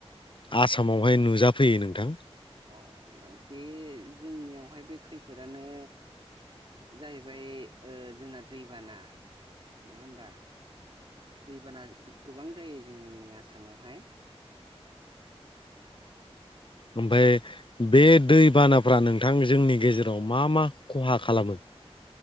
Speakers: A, on the left (about 50°); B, on the right (about 55°).
A: आसामावहाय नुजाफैयो नोंथां?
B: अ नोंथां बे जोंनियावहाय बे खैफोदानो जाहैबाय ओ जोंना दैबाना नङा होमबा? दैबाना गो-गोबां जायो जोंनि आसामावहाय।
A: ओमफाय बे दैबानाफ्रा नोंथां जोंनि गेजेराव मा मा खहा खालामो?